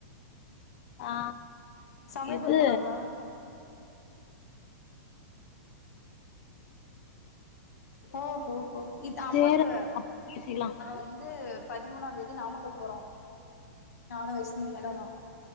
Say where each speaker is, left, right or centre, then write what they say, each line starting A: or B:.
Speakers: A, on the left; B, on the left.
A: ஆ
B: சமயபுரோ
A: இது
B: போனாங்களா ஓஹோஹோ இது அம்மட்டு
A: சேரி பேசிக்கலாம்
B: வந்து பதிமூனாம் தேதி நாமக்கல் போறோ நானு வைஷ்னி விளாடனு